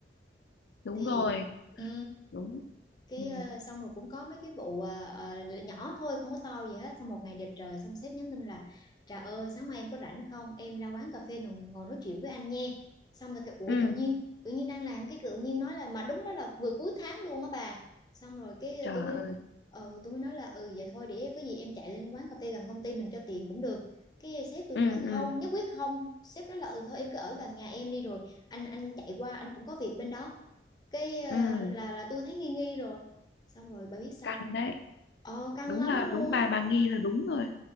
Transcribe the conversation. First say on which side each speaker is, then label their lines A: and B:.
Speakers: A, on the left (about 75°); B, on the left (about 25°).
A: đúng
B: thì
A: rồi
B: ừ,
A: đúng
B: cái
A: ừ
B: ờ, xong rồi cũng có mấy cái vụ ờ, ờ, nhỏ thôi không có to gì hết xong một ngày đẹp trời xong sếp nhắn tin là Trà ơi sáng mai em có rảnh không em ra quán cà phê ngồi, ngồi nói chuyện với anh nha xong rồi cái ủa
A: ừ
B: tự nhiên tự nhiên đang làm cái tự nhiên nói là mà đúng đó là vừa cuối tháng luôn á bà xong rồi cái
A: trời
B: tôi mới
A: ơi
B: ừ tôi mới nói là ừ vậy thôi để có gì em chạy lên quán cà phê gần công ty mình cho tiện cũng được cái sếp tôi
A: ừ
B: là
A: ừ
B: không nhất quyết không sếp nói là ừ thôi em cứ ở gần nhà em đi rồi anh anh chạy qua anh cũng có việc bên đó cái ờ,
A: ừ
B: là là tôi thấy nghi nghi rồi xong rồi bà biết sao
A: căng
B: không
A: đấy
B: ờ căng
A: đúng
B: lắm
A: là
B: luôn
A: đúng bà
B: á
A: bà nghi là đúng rồi